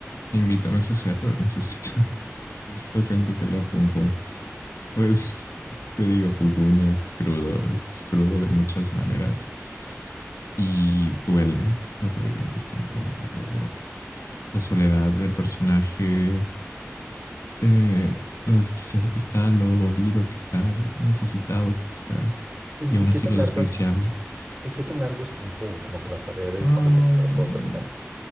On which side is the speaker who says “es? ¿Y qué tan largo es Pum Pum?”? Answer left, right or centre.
Right